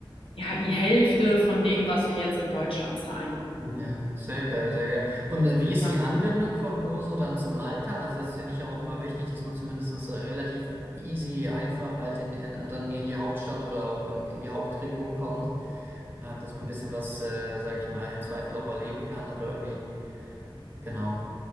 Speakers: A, on the left; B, on the right.
A: ja die Hälfte von dem, was wir jetzt in Deutschland zahlen.
B: Ja, sehr geil, sehr geil. Und äh, wie ist
A: Ja,
B: die Anbindung von Gozo dann zu Malta? Also das finde ich ja auch immer wichtig, dass man zumindest äh, relativ easy, einfach halt in, in, dann in die Hauptstadt oder auch in, in die Hauptregion kommt, ähm, dass man ein bisschen was, äh, sag ich mal, im Zweifel auch erleben kann oder irgendwie, genau.